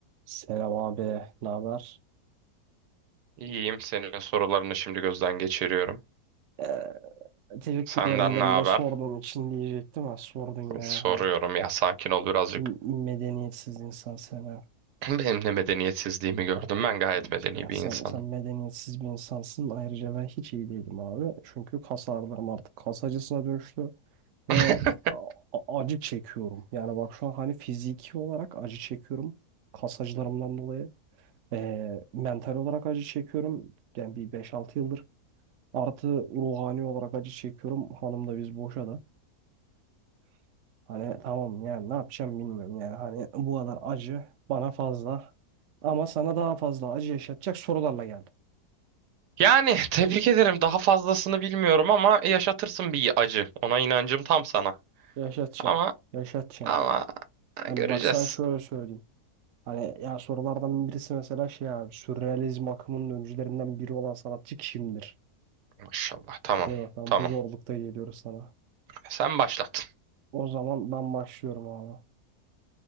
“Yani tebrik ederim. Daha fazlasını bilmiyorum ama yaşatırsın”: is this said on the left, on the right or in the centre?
Right